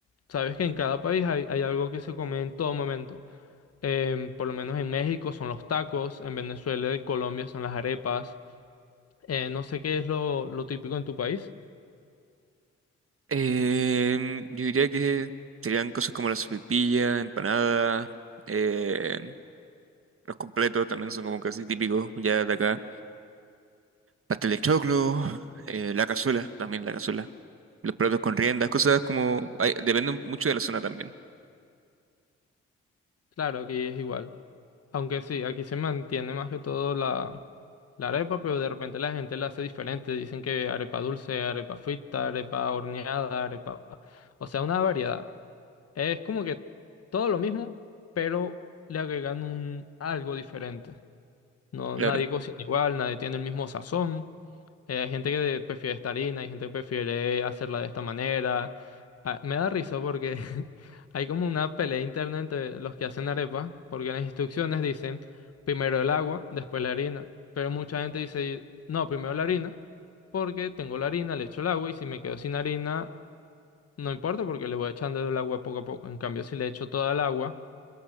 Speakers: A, on the left; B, on the right.
A: Sabes que en cada país hay, hay algo que se come en todo momento. Em, por lo menos en México son los tacos, en Venezuela y Colombia son las arepas. Eh, no sé qué es lo, lo típico en tu país.
B: Em, yo diría que serían cosas como la sopaipilla, empanada, em, los completos también son como casi típicos ya de acá. Pastel de choclo, eh, la cazuela, también la cazuela. Los platos con riendas, cosas como... ay, depende mucho de la zona también.
A: Claro que es igual. Aunque sí, aquí se mantiene más que todo la, la arepa, pero de repente la gente la hace diferente. Dicen que arepa dulce, arepa frita, arepa horneada, arepa... O sea, una variedad. Es como que todo lo mismo, pero le agregan un algo diferente. No,
B: Claro.
A: nadie cocina igual, nadie tiene el mismo sazón. Eh, hay gente que prefiere esta harina, hay gente que prefiere hacerla de esta manera. Ah, me da risa porque <laughs> hay como una pelea interna entre los que hacen arepa, porque en las instrucciones dicen primero el agua, después la harina. Pero mucha gente dice, no, primero la harina, porque tengo la harina, le echo el agua y si me quedo sin harina, no importa porque le voy echando el agua poco a poco. En cambio, si le echo toda el agua,